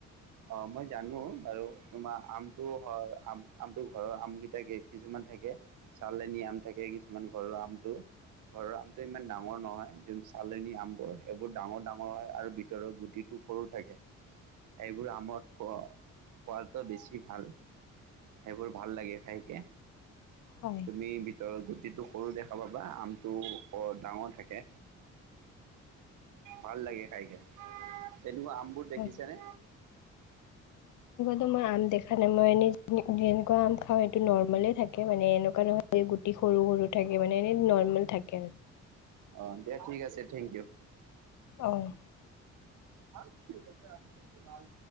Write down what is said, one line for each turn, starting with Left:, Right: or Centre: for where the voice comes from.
Right: অ, মই জানো বাৰু তোমাৰ আমটো হয় আম-আমটো ঘৰৰ আম কেইটা কিছুমান থাকে চালনী আম থাকে কিছুমান ঘৰৰ আমটো, ঘৰৰ আমটো ইমান ডাঙৰ নহয়। যোনটো চালনী আমবোৰ সেইবোৰ ডাঙৰ, ডাঙৰ হয় আৰু ভিতৰৰ গুটিত টো সৰু থাকে। সেইবোৰ আমত খোৱাদটো বেছি ভাল। সেইবোৰ ভাল লাগে খাইকৈ।
Left: হয়,
Right: তুমি ভিতৰত গুটিটো সৰু দেখা পাবা। আমটো অ, ডাঙৰ থাকে। ভাল লাগে খাই কে। তেনেকুৱা আমবোৰ দেখিছে
Left: হয়।
Right: নে।
Left: তোমাৰ আম দেখা মানে মই এনে যেনেকুৱা আম খাওঁ, সেইটো নৰ্মলে থাকে। থাকে মানে এনেকুৱা নহয় যে গুটি সৰু, সৰু থাকে মানে এনে নৰ্মেল থাকে আৰু।
Right: অ, দিয়া ঠিক আছে, থেংক ইউ। <inaudible>
Left: অ'।
Right: হ কি <unintelligible> আ ভ